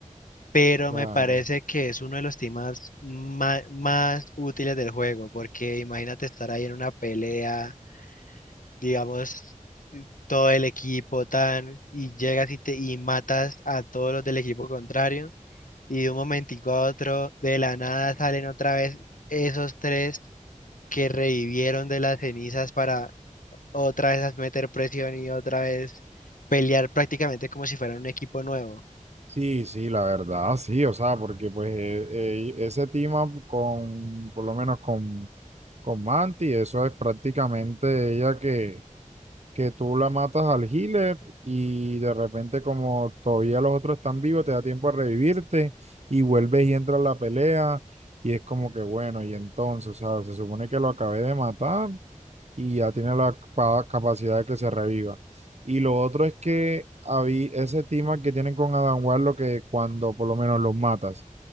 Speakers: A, on the left (about 80°); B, on the right (about 55°).
A: pero
B: Claro.
A: me parece que es uno de los team ups ma- más, útiles del juego, porque imagínate estar ahí en una pelea, digamos, todo el equipo tan, y llegas y te y matas a todos los del equipo contrario, y de un momentico a otro, de la nada salen otra vez esos tres que revivieron de las cenizas para otra vez a meter presión y otra vez pelear prácticamente como si fuera un equipo nuevo.
B: Sí, sí, la verdad, sí, o sea, porque pues eh, eh, ese team up con, por lo menos con, con Manti, eso es prácticamente ella que, que tú la matas al healer y de repente como todavía los otros están vivos, te da tiempo a revivirte y vuelves y entras a la pelea y es como que bueno, y entonces, o sea, se supone que lo acabé de matar y ya tiene la capa- capacidad de que se reviva. Y lo otro es que había ese tema que tienen con Adam Warlock que cuando por lo menos los matas